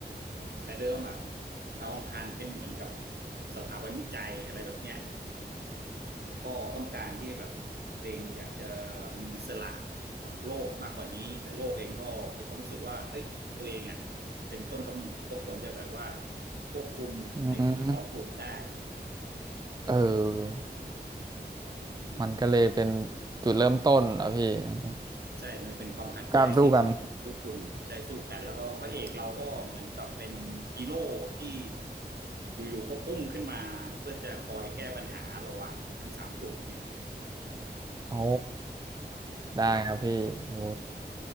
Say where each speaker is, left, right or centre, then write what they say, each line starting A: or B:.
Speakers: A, on the right (about 65°); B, on the right (about 25°).
A: แต่เดิมอ่ะดาวอังคารเป็นเหมือนกับสถาบันวิจัยอะไรแบบเนี้ย ก็ต้องการที่แบบตัวเองอยากจะมีอิสระกับโลกมากกว่านี้แต่โลกเองก็มีความรู้สึกว่าเอ้ยตัวเองอ่ะเป็นต้นกำเนิดก็ควรจะแบบว่าควบคุมในอีกสองกลุ่มได้
B: อืมเออ
A: อืม
B: มันก็เลยเป็นจุดเริ่มต้นอ่ะพี่ของ
A: ใช่มันเป็นความขัดแย้งที่
B: การสู้กัน
A: คู่คุณใช่สู้กันแล้วก็พระเอกเราก็เหมือนกับเป็นฮีโร่ที่อยู่ๆก็พุ่งขึ้นมาเพื่อจะคอยแก้ปัญหาระหว่างทั้งสามกลุ่มนี่แหละ
B: โอ้ได้ครับพี่โอ้
A: อืม